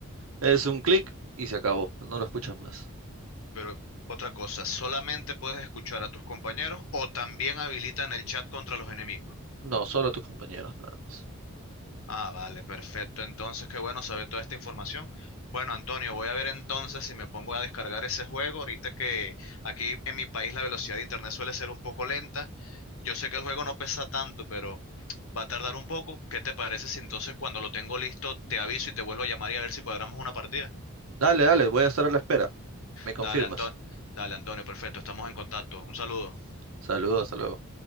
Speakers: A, on the right; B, on the left.
A: es un clic y se acabó. No lo escuchas más.
B: Pero otra cosa, ¿solamente puedes escuchar a tus compañeros o también habilitan el chat contra los enemigos?
A: No, solo tus compañeros, nada más.
B: Ah, vale, perfecto. Entonces, qué bueno saber toda esta información. Bueno, Antonio, voy a ver entonces si me pongo a descargar ese juego. Ahorita que aquí en mi país la velocidad de internet suele ser un poco lenta. Yo sé que el juego no pesa tanto, pero va a tardar un poco. ¿Qué te parece si entonces cuando lo tengo listo te aviso y te vuelvo a llamar y a ver si cuadramos una partida?
A: Dale, dale, voy a estar a la espera. Me confirmas.
B: Dale, Antonio. Dale, Antonio, perfecto. Estamos en contacto. Un saludo.
A: Saludos, hasta luego.